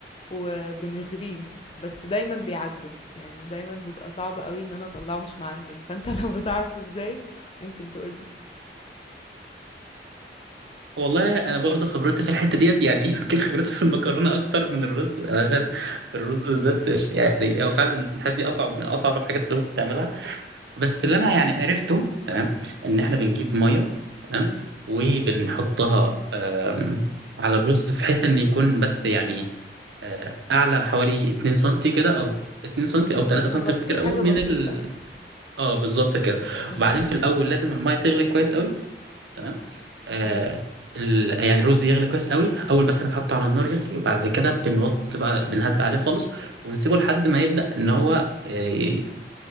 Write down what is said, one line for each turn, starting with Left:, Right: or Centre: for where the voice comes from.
Left: وبنغليه بس دايما بيعجن يعني دايما بيبقى صعب قوي ان انا اطلعه مش معجن فانت <laughs> لو بتعرف ازاي ممكن تقولي
Right: والله انا برضو خبرتي في الحته ديت يعني <laughs> يمكن خبرتي في المكرونه اكتر من الرز عشان في الرز بالذات مش- يعني هو فعلا الحته دي اصعب من اصعب الحاجات اللي ممكن تعملها بس اللي انا يعني عرفته تمام ان احنا بنجيب ميه تمام
Left: مم.
Right: وبنحطها آم، على الرز بحيث ان يكون بس يعني آه، اعلى حوالي 2 سنتي كده او 2 سنتي او 3 سنتي
Left: مغطيه
Right: بكتير قوي
Left: حاجه
Right: من
Left: بسيطه
Right: ال
Left: يعني
Right: اه بالظبط كده
Left: مم.
Right: وبعدين في الاول لازم الميه تغلي كويس قوي تمام آه
Left: مم.
Right: ال... يعني الرز يغلي كويس قوي اول بس ما تحطه على النار يغلي وبعد كده بنوط بقى بنهد عليه خالص ونسيبه لحد ما يبدأ ان هو آه، ي...